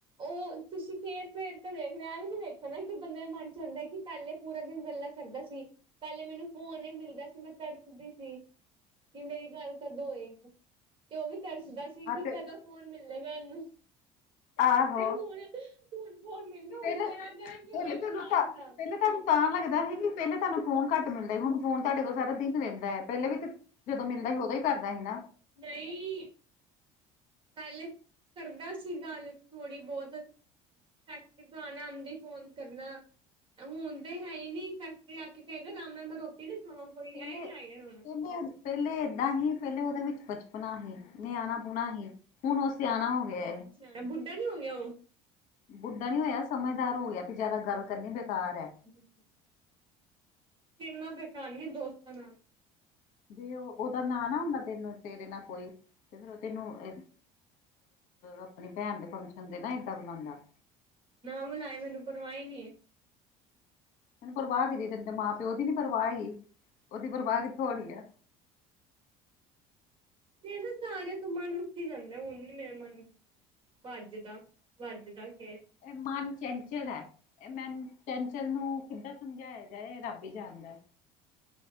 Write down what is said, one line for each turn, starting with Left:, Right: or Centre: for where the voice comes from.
Right: ਉਹ ਤੁਸੀਂ ਫੇਰ ਪੇਰ ਤੇ ਦੇਖ ਰਖ ਹਨਾ ਕਿ ਬੰਦੇ ਦੇ ਮਨ ਚ ਹੁੰਦਾ, ਕਿ ਪਹਿਲੇ ਪੂਰਾ ਦਿਨ ਗੱਲਾ ਕਰਦਾ ਸੀ। ਪਹਿਲੇ ਮੈਨੂੰ ਫੋਨ ਨਹੀਂ ਮਿਲਦਾ ਸੀ ਮੈਂ ਤਰਸਦੀ ਸੀ ਕਿ ਮੇਰੀ ਗੱਲ ਕਦੋਂ ਹੋਏਗੀ। ਤੇ ਉਹ ਵੀ ਤਰਸਦਾ ਸੀ
Left: ਹਾਂ
Right: ਕਿ
Left: ਤੇ
Right: ਕਦੋਂ ਫੋਨ ਮਿਲੇਗਾ ਇਹਨੂੰ?
Left: ਆਹੋ।
Right: ਤੇ ਹੁਣ ਹੁਣ ਫੋਨ ਮਿਲ ਗਿਆ ਹੁਣ
Left: ਪਹਿਲੇ,
Right: ਤੇਰਾ ਤੇਰਾ ਕੀ ਹੋ
Left: ਪਹਿਲੇ,
Right: ਗਿਆ ਦਿਮਾਗ
Left: ਤਾਨੂੰ ਤਾਂ
Right: ਦਾ
Left: ਪਹਿਲੇ ਤੁਹਾਨੂੰ ਤਾਂ ਲੱਗਦਾ ਸੀ ਕਿ ਪਹਿਲੇ ਤੁਹਾਨੂੰ ਫੋਨ ਘੱਟ ਮਿਲਦਾ ਸੀ, ਹੁਣ ਫੋਨ ਤੁਹਾਡੇ ਕੋਲ ਸਾਰਾ ਦਿਨ ਰਹਿੰਦਾ ਹੈ, ਪਹਿਲੇ ਵੀ ਤੇ ਜਦੋਂ ਮਿਲਦਾ ਸੀ ਉਦੋਂ ਹੀ ਕਰਦਾ ਸੀ ਨਾ।
Right: ਨਹੀਂ। ਪਹਿਲੇ ਕਰਦਾ ਸੀ ਗੱਲ, ਥੋੜ੍ਹੀ ਬਹੁਤ ਫੈਕਟਰੀ ਤੋਂ ਆਣਾ, ਆਂਦੇ ਈ ਫੋਨ ਕਰਨਾ। ਹੁਣ ਤੇ ਹੈ ਹੀ ਨੀ, ਫੈਕਟਰੀ ਆ ਕੇ ਕੇਗਾ, ਰਾਮ ਨਾਲ ਮੈਂ ਰੋਟੀ ਨ ਖਾਵਾਂ ਕੋਈ ਇਹ
Left: ਪਹਿਲੇ
Right: ਹ ਆਏ ਏ ਹੁਣ।
Left: ਪਹਿਲੇ, ਪਹਿਲੇ ਏਦਾਂ ਹੀ ਪਹਿਲੇ ਓਦੇ ਵਿੱਚ ਬਚਪਨਾ ਸੀ, ਨਿਆਣਾ ਪੁਣਾ ਸੀ, ਹੁਣ ਓ ਸਿਆਣਾ ਹੋ ਗਿਆ ਐ।
Right: ਨਿਆਣਾ, ਬੁੱਢਾ ਨੀ ਹੋ ਗਿਆ ਓ?
Left: ਬੁੱਢਾ ਨੀ ਹੋਇਆ, ਸਮਝਦਾਰ ਹੋ ਗਿਆ ਵੀ ਜਆਦਾ ਗੱਲ ਕਰਨੀ ਬੇਕਾਰ ਐ।
Right: <unintelligible> <unintelligible> ਕਿ ਏਨਾ ਬੇਕਾਰ ਨੀ, ਦੋਸਤਾਂ ਨਾਲ।
Left: ਜੇ ਓ, ਓਦਾ ਨਾ ਨਾ ਹੁੰਦਾ ਤੈਨੂੰ, ਤੇਰੇ ਨਾਲ ਕੋਈ ਤੇ ਫੇਰ ਔ ਤੈਨੂੰ ਏ ਅਪਣੀ ਭੈਣ ਦੇ ਫੰਕਸ਼ਨ ਤੇ ਨਾ ਏਦਾਂ ਬੁਲਾਂਦਾ?
Right: ਨਾ ਬੁਲਾਏ, ਮੈਨੂੰ ਪਰਵਾ ਈ ਨੀ ਏ।
Left: ਤੈਨੂੰ ਪਰਵਾਹ ਕਿਦੀ ਤੇਨੂੰ ਤੇ ਮਾਂ ਪਿਓ ਦੀ ਨੀ ਪਰਵਾਹ ਹੈਗੀ, ਓਦੀ ਪਰਵਾਹ ਕਿੱਥੋਂ ਹੋਣੀ ਐ?
Right: ਏ ਨ ਸਾਰਿਆਂ ਤੋਂ ਮਨ ਉੱਠੀ ਜਾਂਦਾ, ਹੁਣ ਨੀ ਮੇਰਾ ਮਨ। ਵੱਜਦਾ, ਵੱਜਦਾ ਫੇਰ।
Left: ਏ ਮਨ ਚਂਚਲ ਐ, ਏ ਮੇਨ ਚਂਚਲ ਨੂੰ ਕਿੱਦਾਂ ਸਮਝਾਇਆ ਜਾਏ ਰੱਬ ਵੀ ਜਾਂਦਾ ਐ।